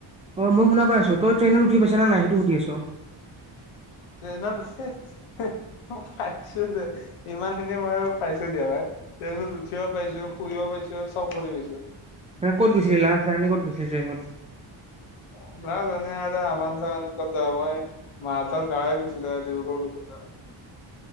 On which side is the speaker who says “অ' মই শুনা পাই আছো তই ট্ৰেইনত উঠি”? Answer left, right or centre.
Right